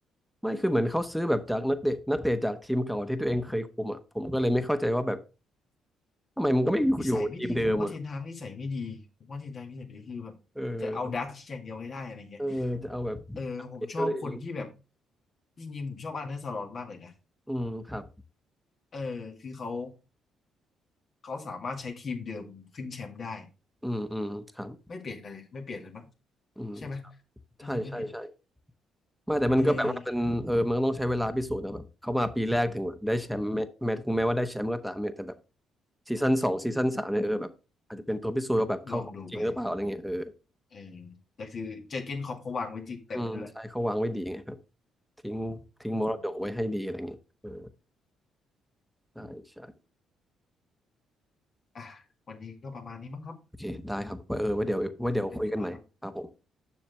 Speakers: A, in the centre; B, on the left.
A: ไม่คือเหมือนเขาซื้อแบบจากนักเตะนักเตะจากทีมเก่าที่ตัวเองเคยคุมอ่ะผมก็เลยไม่เข้าใจว่าแบบทำไมมันก็ไม่อยู่อยู่ทีมเดิมอ่ะ
B: นิสัยไม่ดีผมว่าเทนฮากนิสัยไม่ดีผมว่าเทนฮากนิสัยไม่ดีคือแบบจะเอาดัชอย่างเดียวให้ได้อะไรเงี้ย
A: เออเออจะเอาแบบนักเตะตัวเอง
B: เออผมชอบคนที่แบบจริงๆผมชอบอันเดอร์สลอตมากเลยนะ
A: อืมครับ
B: เออคือเขาเขาสามารถใช้ทีมเดิมขึ้นแชมป์ได้
A: อืมอืมครับ
B: ไม่เปลี่ยนอะไรไม่เปลี่ยนเลยมั้ง
A: อืม
B: ใช่ไหมน่าจะไม่ผิด
A: ใช่ใช่ใช่ ไม่แต่มันก็แบบว่ามันเออมันก็ต้องใช้เวลาพิสูจน์นะแบบเข้ามาปีแรกถึงแบบได้แชมป์แม้แม้ถึงแม้ว่าได้แชมป์ก็ตามเนี่ยแต่แบบ
B: เออ
A: ซีซั่นสองซีซั่นสามเนี่ยเออแบบอาจจะเป็นตัวพิสูจน์ว่าแบบเขาจริงหรือเปล่าอะไรเงี้ยเออ
B: ลองดูไปเออแต่คือเจอร์เก้นคล็อปเขาวางไว้จิกเต็มด้วยแหละ
A: อืมใช่เขาวางไว้ดีไงครับทิ้งทิ้งมรดกไว้ให้ดีอะไรเงี้ยเออ
B: อืม
A: ใช่ใช่
B: อ่ะวันนี้ก็ประมาณนี้มั้งครับ
A: โอเคได้ครับไวเออไว้เดี๋ยวไว้เดี๋ยวคุยกันใหม่ครับผม
B: น่าจะเป็นธุระ